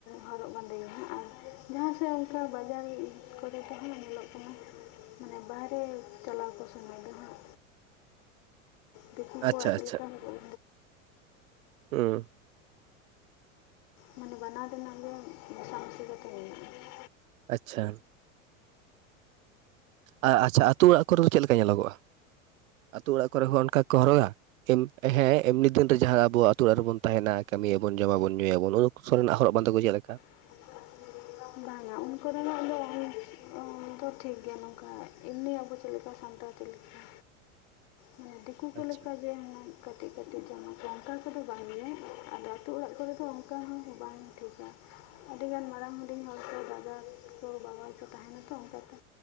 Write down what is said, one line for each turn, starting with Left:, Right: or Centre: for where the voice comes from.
Left: ᱦᱚᱨᱚᱜ ᱵᱟᱸᱫᱮᱭᱟ ᱦᱟᱸᱜ ᱟᱨ ᱡᱟᱦᱟᱸ ᱥᱮ ᱚᱱᱠᱟ ᱵᱟᱡᱟᱨ ᱠᱚᱨᱮ ᱛᱮᱦᱚᱸ ᱧᱮᱞᱚᱜ
Right: <unintelligible>
Left: ᱠᱟᱱᱟ᱾ <inaudible> ᱢᱟᱱᱮ ᱵᱟᱦᱨᱮ ᱪᱟᱞᱟᱣ ᱠᱚ ᱥᱚᱢᱚᱭ ᱫᱚ ᱦᱟᱸᱜ
Right: <unintelligible>
Left: ᱫᱤᱠᱩ ᱠᱚᱣᱟᱜ
Right: ᱟᱪᱪᱷᱟ
Left: ᱪᱮᱫ
Right: ᱟᱪᱪᱷᱟ
Left: ᱞᱮᱠᱟᱠᱚ <unintelligible>
Right: ᱦᱩᱸ
Left: ᱢᱟᱱᱮ ᱵᱟᱱᱟᱨ ᱨᱮᱱᱟᱜ ᱜᱮ ᱢᱚᱥᱟ ᱢᱥᱤ ᱠᱚᱛᱮ ᱦᱮᱱᱟᱜᱼᱟ᱾ <inaudible>
Right: ᱟᱪᱪᱷᱟ ᱟ ᱟᱪᱪᱷᱟ ᱟᱹᱛᱩ ᱚᱲᱟᱜ ᱠᱚᱨᱮ ᱫᱚ ᱪᱮᱫ ᱞᱮᱠᱟ ᱧᱮᱞᱚᱜᱚᱜᱼᱟ ᱟᱹᱛᱩ ᱚᱲᱟᱜ ᱠᱚᱨᱮ ᱦᱚᱸ ᱚᱱᱠᱟ ᱠᱚ ᱦᱚᱨᱚᱜ-ᱟ <unintelligible> ᱦᱤᱢ ᱦᱮᱸ ᱮᱢᱱᱤ ᱫᱤᱱ ᱨᱮ ᱡᱟᱦᱟᱸ ᱟᱵᱩ ᱟᱛᱩ ᱚᱲᱟᱜ ᱨᱮᱵᱚᱱ ᱛᱟᱦᱮᱱᱟ ᱠᱟᱹᱢᱤᱭᱟᱵᱚᱱ ᱡᱚᱢᱟᱵᱚᱱ ᱧᱩᱭᱟᱵᱚᱱ ᱥᱚᱨᱮᱱᱟᱜ ᱦᱚᱨᱚᱜ ᱵᱟᱸᱫᱮ ᱠᱚ ᱪᱮᱫ ᱞᱮᱠᱟ?
Left: <inaudible> ᱵᱟᱝᱟ ᱩᱱ ᱠᱚᱨᱮᱱᱟᱜ ᱫᱚ <inaudible> ᱚᱸ ᱴᱷᱤᱠ ᱜᱮᱭᱟ ᱱᱚᱝᱠᱟ ᱤᱢᱱᱤ ᱟᱵᱚ ᱪᱮᱫ ᱞᱮᱠᱟ ᱥᱟᱱᱛᱟᱲ ᱪᱮᱫ ᱞᱮᱠᱟ? ᱢᱟᱱᱮ ᱫᱤᱠᱩ ᱠᱚ
Right: ᱟᱪᱪᱷᱟ
Left: ᱞᱮᱠᱟ ᱜᱮ ᱦᱮᱱᱟ ᱠᱟᱹᱴᱤᱡ ᱠᱟᱹᱴᱤᱡ ᱡᱟᱢᱟ ᱞᱮᱱ ᱚᱱᱠᱟ ᱠᱚᱫᱚ ᱵᱟᱝ ᱜᱮ ᱟᱫᱚ ᱟᱹᱛᱩᱳ ᱚᱲᱟᱜ ᱠᱚᱨᱮ ᱫᱚ ᱚᱱᱠᱟ ᱦᱚᱸ ᱵᱟᱝ ᱴᱷᱤᱠᱟ᱾ <inaudible> ᱟᱹᱰᱤᱜᱟᱱ ᱢᱟᱲᱟᱝ ᱦᱚᱸ ᱦᱩᱰᱤᱧ ᱦᱚᱲ ᱠᱚ ᱫᱟᱫᱟ ᱠᱚ ᱵᱟᱵᱟ ᱠᱚ ᱛᱟᱦᱮᱱᱟ ᱛᱚ ᱚᱱᱠᱟᱛᱮ